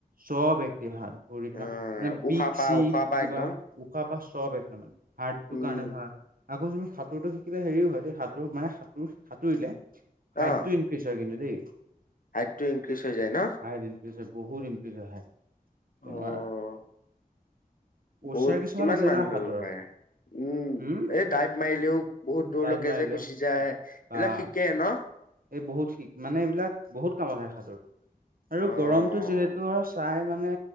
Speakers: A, on the right; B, on the left.
A: চব এক্টিভ হাত ভৰি তোমাৰ
B: অ' এ‌
A: মানে বিষ
B: উশাহ-পাহ,
A: চিষ
B: উশাহ-পাহ
A: কিবা
B: একদম।
A: উশাহ পাহ চব একদম মানে হাৰ্টো
B: উম
A: কাৰণে ভাল। আকৌ তুমি সাঁতোৰটো শিকিলে হেৰিও হয় দে সাঁতোৰ মানে সাঁতোৰ, সাঁতুৰিলে
B: অ
A: হাইটটো <unintelligible> কিন্তু দেই।
B: হাইটটো ইনক্ৰিজ হৈ যায়, ন'?
A: হাইট ইনক্ৰিজ হয়, বহুত ইনক্ৰিজ হয় হাইট
B: অ
A: পচাৰ
B: বহুত
A: কিছুমান
B: কিমানমান
A: আছে না
B: ধৰিব
A: সাঁতোৰৰ
B: পাৰে? উম,
A: হুম
B: এই ডাইপ মাৰিলেও বহুত দূৰলৈকে
A: ডাইভ মাৰিলে
B: যে গুচি যায়, এইবিলাক
A: বা
B: শিকে ন'?
A: এই বহুত শিক, মানে এইবিলাক বহুত কামত আহে সাঁতোৰ। আৰু
B: অ',
A: গৰমটো যিহেতু, আৰু চাই মানে